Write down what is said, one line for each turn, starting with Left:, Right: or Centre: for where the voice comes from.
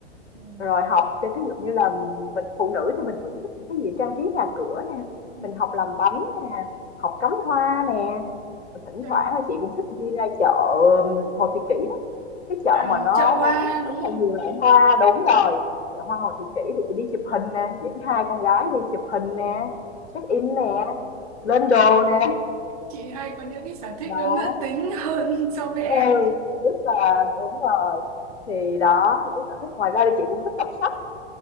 Right: ừ,
Left: rồi học thì ví dụ như là mình phụ nữ thì mình vẫn thích những cái gì trang trí nhà cửa nè
Right: ừ.
Left: mình học làm bánh nè học cắm hoa nè Rồi thỉnh
Right: Trời.
Left: thoảng là chị cũng thích đi ra chợ um, Hồ Thị Kỷ cái chợ
Right: À,
Left: mà nó
Right: chợ hoa
Left: bán rất
Right: đúng
Left: là
Right: không?
Left: nhiều loại hoa đúng
Right: Ừ.
Left: rồi chợ hoa Hồ Thị Kỷ thì chị đi chụp hình nè dẫn hai con gái đi chụp hình nè check in
Right: Ừ.
Left: nè lên
Right: Chị
Left: đồ nè
Right: chị hay có những cái sở thích
Left: đó
Right: nó nữ tính hơn <laughs> so với em
Left: Ê, rất là đúng rồi thì đó là cái sở thích ngoài ra thì chị cũng thích đọc sách